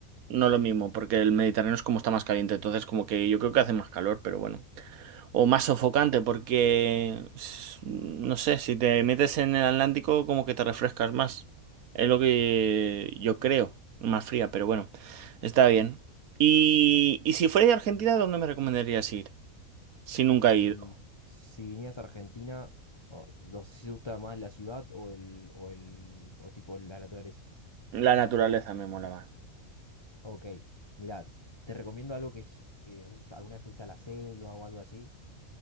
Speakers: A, on the right; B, on the left.
A: no es lo mismo, porque el Mediterráneo es como está más caliente. Entonces, como que yo creo que hace más calor, pero bueno. o más sofocante, porque s- no sé, si te metes en el Atlántico, como que te refrescas más. Es lo que yo creo, más fría, pero bueno, está bien. Y, y si fuera de Argentina, ¿dónde me recomendarías ir? Si nunca
B: Si,
A: he ido.
B: si vinieras a Argentina, o no sé si te gusta más la ciudad o el, o el, o tipo la naturaleza.
A: La naturaleza me mola más.
B: Ok, mira, te recomiendo algo que es, que no sé si alguna vez fuiste a la selva o algo así.